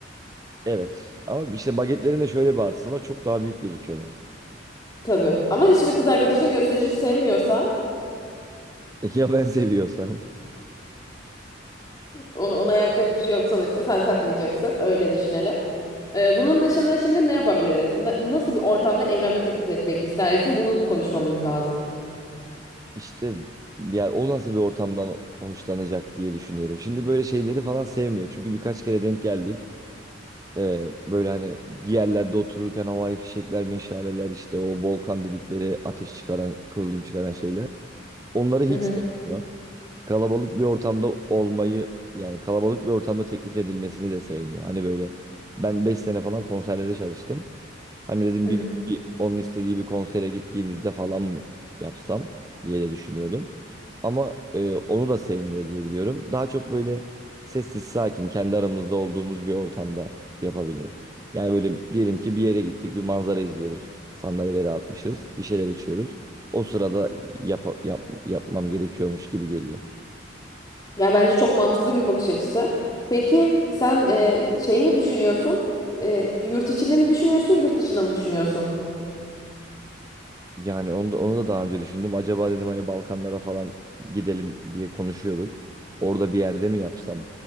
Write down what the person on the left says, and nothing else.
Tabii. Ama şimdi kız arkadaşın gösterişi sevmiyorsa
ona, ona yapacak bir şey yok sonuçta sen takmayacaksın. Öyle düşünelim. Ee, bunun dışında şimdi ne yapabiliriz? Na- nasıl bir ortamda evlenme teklif etmek istersin? Bunu konuşmamız lazım.
Hı hı,
hı
hı.
Yani bence çok mantıklı bir bakış açısı. Peki sen e, şey mi düşünüyorsun? E, yurt içinde mi düşünüyorsun, yurt dışında mı düşünüyorsun?